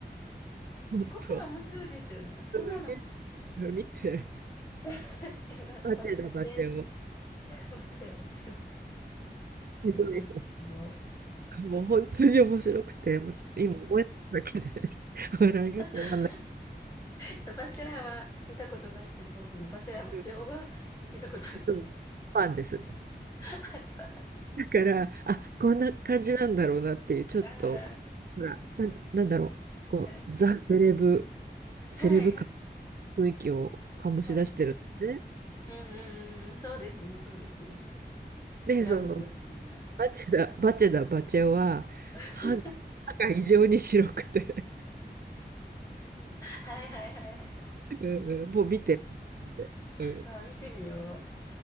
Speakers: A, on the right; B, on the left.
A: 本当
B: チョコプラ面白いですよね。そんなのある。
A: すげえ見て。
B: <laughs> え、な、
A: バチェダ・
B: ば、バチェ、
A: バチェ男。
B: バチェラ、バチェラ。
A: ひどい。
B: え、見てみよう。
A: <laughs> もう本当に面白くて、もうちょっと今思い出しただけで <laughs> 笑いが止まんなく
B: <laughs> そうバチェラーは見たことないけど、そのバチェラー、バチェ男は見たことあるんですね。
A: て、そう、ファンですね。
B: <laughs> あ、そうなんですね。
A: だから、あ、こんな感じなんだろうなっていう、ちょっと、
B: あー
A: ほら、なん、なんだろう、こう、
B: はい。
A: ザ・セレブ、セレブ感、
B: はい、はい、
A: 雰囲気を醸し出してるんですね。
B: はい。うんうんうんうん、そうですね、そうですね。ちょっとラグジュアリーな。
A: で、その、バチェダ、バチェダ、バチェは、
B: <laughs>
A: 歯が、歯が異常に白くて
B: はいはいはいはい。
A: <laughs> うんうん、もう見て、マジでうん、
B: まあ見てみよう。